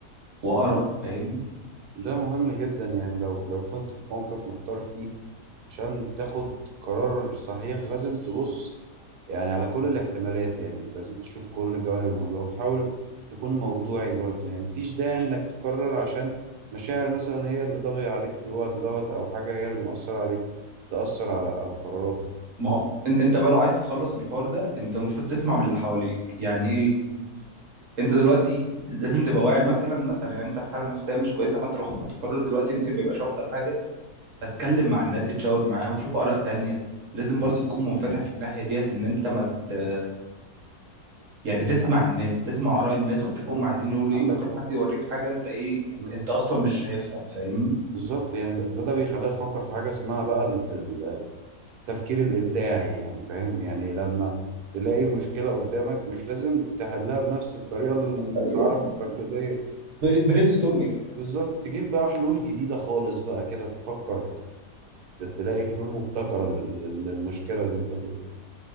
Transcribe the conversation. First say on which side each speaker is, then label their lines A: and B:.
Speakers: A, on the right; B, on the right.
A: وقرف <laughs> فاهمني
B: ده مهم جدا يعني لو لو كنت في موقف محتار فيه عشان تاخد قرار صحيح لازم تبص يعني على كل الاحتمالات يعني لازم تشوف كل جوانب الموضوع وتحاول تكون موضوعي برضه يعني مفيش داعي انك تقرر عشان مشاعر مثلا هي اللي طاغية عليك في الوقت دوت او حاجة هي اللي مأثرة عليك تأثر على على قراراتك
A: ما هو إن- انت بقى لو عايز تتخلص من الحوار ده انت المفروض تسمع من اللي حواليك يعني ايه انت دلوقتي لازم تبقى واعي مثلا مثلا يعني انت في حاله نفسيه مش كويسه فانت لو خدت قرار دلوقتي ممكن ما يبقاش افضل حاجه فتكلم مع الناس تشاور معاهم شوف اراء تانية لازم برضو تكون منفتح في الناحيه ديت ان انت ما مت... يعني تسمع الناس تسمع اراء الناس وتشوف هم عايزين يقولوا
B: عندك
A: ايه ممكن
B: حق
A: حد يوريك حاجه انت ايه انت,
B: مم.
A: انت اصلا مش شايفها فاهمني
B: بالظبط يعني ده ده بيخلينا نفكر في حاجة اسمها بقى ال- ال- التفكير الإبداعي يعني فاهم يعني لما تلاقي مشكلة قدامك مش لازم تحلها بنفس الطريقة المتعارف
A: ايوه
B: التقليدية
A: برين ستورمنج
B: بالظبط تجيب بقى حلول جديدة خالص بقى كده تفكر ت- تلاقي الحلول مبتكرة لل- لل- للمشكلة اللي انت فيها